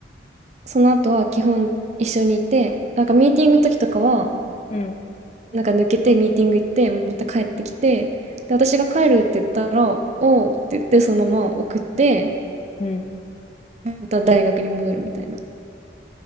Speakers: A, on the right; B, on the left.
A: その後は基本一緒にいて、なんかミーティングの時とかは、
B: うん、
A: なんか抜けてミーティング行って、また帰ってきて、で、私が帰るって言ったら、おうって言って、そのまま送って、
B: うん。
A: また大学に戻るみたいな。